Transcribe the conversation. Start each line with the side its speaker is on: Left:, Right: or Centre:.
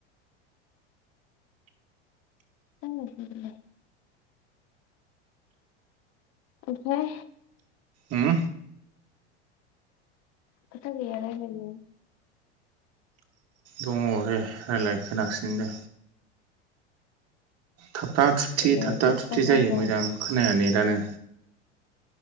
Left: <unintelligible> ओमफ्राय?
Right: उम
Left: खोथा गैया रायलायनो?
Right: दङ दे रायलाय, खोनागासिनो दे। थाबथा थुबथि
Left: दे
Right: थाबथा
Left: थाब
Right: थुबथि
Left: थाब
Right: जायो
Left: रायलाय
Right: मोजां खोनाया नेदानो।